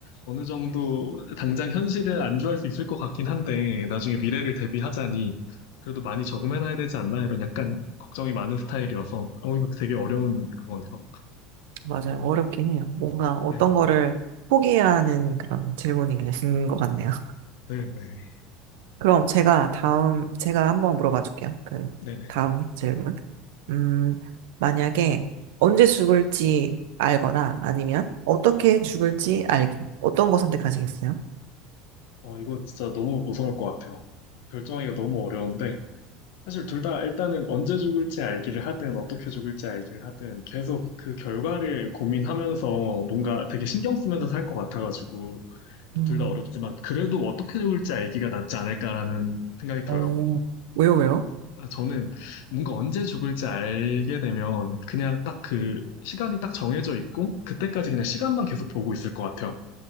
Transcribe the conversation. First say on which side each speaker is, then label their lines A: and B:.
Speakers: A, on the left; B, on the right.
A: 어느 정도 당장 현실을 안주할 수 있을 것 같긴 한데, 나중에 미래를 대비하자니, 그래도 많이 저금해놔야 되지 않나, 이런 약간 걱정이 많은 스타일이어서, 어, 이거 되게 어려운 그거네요.
B: 맞아요. 어렵긴 해요. 뭔가 어떤
A: 네,
B: 거를 포기해야 하는 그런 질문이 되신 것 같네요.
A: 네네.
B: 그럼 제가 다음, 제가 한번 물어봐 줄게요. 그,
A: 네네.
B: 다음 질문. 음, 만약에 언제 죽을지 알거나 아니면 어떻게 죽을지 알기. 어떤 거 선택하시겠어요?
A: 어, 이거 진짜 너무 무서울 것 같아요. 결정하기가 너무 어려운데, 사실 둘 다 일단은 언제 죽을지 알기를 하든 어떻게 죽을지 알기를 하든 계속 그 결과를 고민하면서 뭔가 되게 신경 쓰면서 살 것 같아가지고
B: 음,
A: 둘 다 어렵지만 그래도 어떻게 죽을지 알기가 낫지 않을까라는 생각이 들어요.
B: 어, 왜요, 왜요?
A: 아, 저는 뭔가 언제 죽을지 알게 되면 그냥 딱 그 시간이 딱 정해져 있고 그때까지 그냥 시간만 계속 보고 있을 것 같아요.